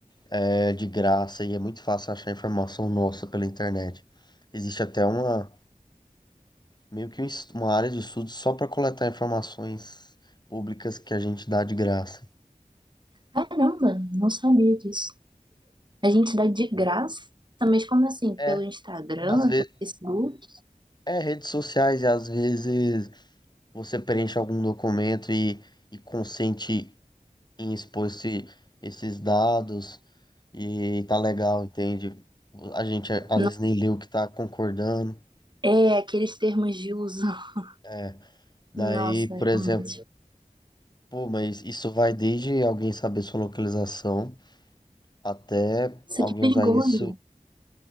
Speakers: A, on the left (about 30°); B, on the right (about 35°).
A: é de graça e é muito fácil achar informação nossa pela internet. Existe até uma, meio que um es- uma área de estudo só para coletar informações públicas que a gente dá de graça.
B: Caramba, não sabia disso. A gente dá de graça, mas como assim?
A: É,
B: Pelo Instagram,
A: às vezes,
B: pelo Facebook?
A: é redes sociais e às vezes você preenche algum documento e, e consente em expor esse- esses dados e tá legal, entende? A gente às
B: Não-
A: vezes nem lê o que tá concordando.
B: É, aqueles termos de uso. <laughs>
A: É,
B: Nossa,
A: daí, por
B: realmente.
A: exemplo, Pô, mas isso vai desde alguém saber sua localização até
B: Isso
A: alguém
B: que perigoso.
A: usar isso.